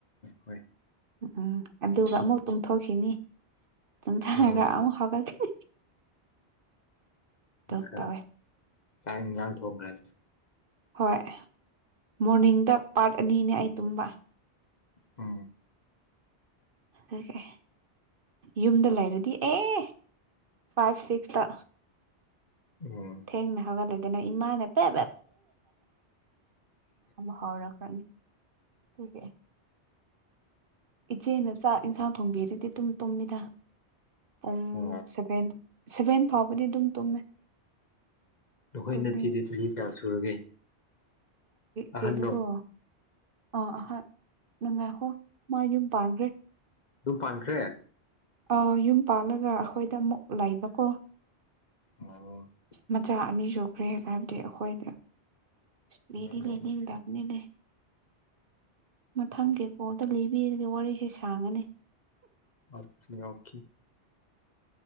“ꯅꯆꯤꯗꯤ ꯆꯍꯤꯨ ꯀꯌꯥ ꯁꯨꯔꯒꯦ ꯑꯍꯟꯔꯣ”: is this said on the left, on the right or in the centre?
Left